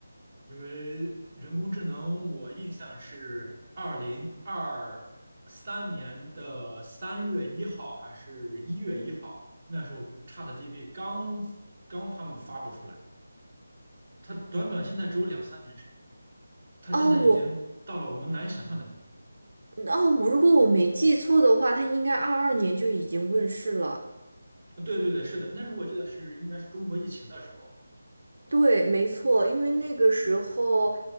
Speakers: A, on the right; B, on the right.
A: 因为人工智能，我印象是二零二三年的三月一号还是一月一号，那时候 ChatGPT 刚刚他们发布出来，它短短现在只有两三年时间，它现在已经到了我们难以想象的地
B: 哦，我哦，我如果我没记错的话，它应该二二年就已经问世了。
A: 步。对对对，是的，那时候我记得是应该是中国疫情的时候，
B: 对，没错，因为那个时候，